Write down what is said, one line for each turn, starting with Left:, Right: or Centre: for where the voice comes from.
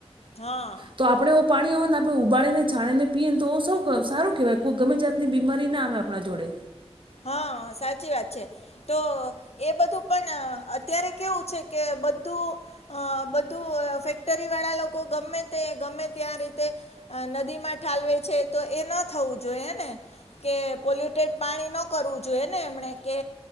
Left: હા
Right: તો આપણે ઓ પાણી હોય ને આપણે ઉબાડીને છાણે ને પીએ તો સૌ સારું કેહેવાય કોઈ ગમે જાતની બીમારી ના આવે આપણા જોડે
Left: હા સાચી વાત છે તો એ બધું પણ અત્યારે કેવું છે કે બધું અ બધું ફેક્ટરી વાળા લોકો ગમે તે ગમે ત્યા રીતે નદીમાં ઠાલવે છે તો એ ન થવું જોઈએને કે પોલ્યુટેડ પાણી ન કરવું જોઈએ ને એમણે કે